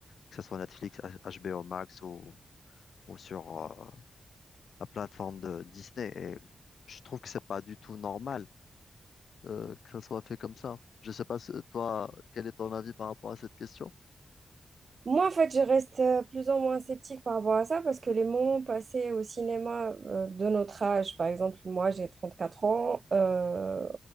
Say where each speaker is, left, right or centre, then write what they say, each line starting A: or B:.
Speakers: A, on the left; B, on the right.
A: que ce soit Netflix, H- HBO Max ou, ou sur euh, la plateforme de Disney. Et je trouve que c'est pas du tout normal euh, que ça soit fait comme ça. Je sais pas, ce- toi, quel est ton avis par rapport à cette question?
B: Moi, en fait, je reste euh, plus ou moins sceptique par rapport à ça parce que les moments passés au cinéma euh, de notre âge, par exemple, moi, j'ai 34 ans, euh,